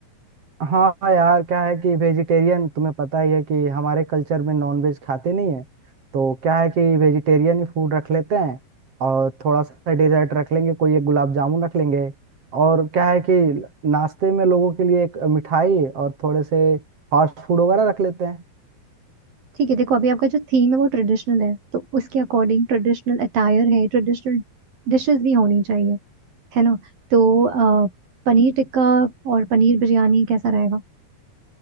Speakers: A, on the right; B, on the right.
A: हाँ यार क्या है कि वेजिटेरियन तुम्हें पता ही है कि हमारे कल्चर में नॉन वेज खाते नहीं है तो क्या है कि वेजिटेरियन ही फूड रख लेते हैं और थोड़ा सा डेजर्ट रख लेंगे कोई एक गुलाब जामुन रख लेंगे और क्या है कि नाश्ते में लोगों के लिए एक मिठाई और थोड़े से फास्ट फूड वगैरह रख लेते हैं
B: ठीक है देखो अभी आपका जो थीम है वो ट्रेडिशनल है तो उसके अकॉर्डिंग ट्रेडिशनल अटायर है ट्रेडिशनल डिशेस भी होनी चाहिए है ना तो अ, पनीर टिक्का और पनीर बिरयानी कैसा रहेगा